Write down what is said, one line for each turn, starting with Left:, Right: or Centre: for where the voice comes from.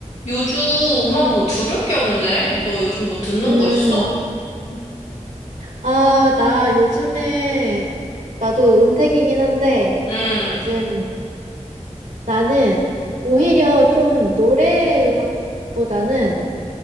Left: 요즘 음악 뭐 들을 게 없네. 너 요즘 뭐 듣는
Right: 음,
Left: 거 있어?
Right: 아, 나 요즘에, 나도 은퇴이긴 한데,
Left: 음,
Right: 요즘 나는 오히려 좀 노래 음악보다는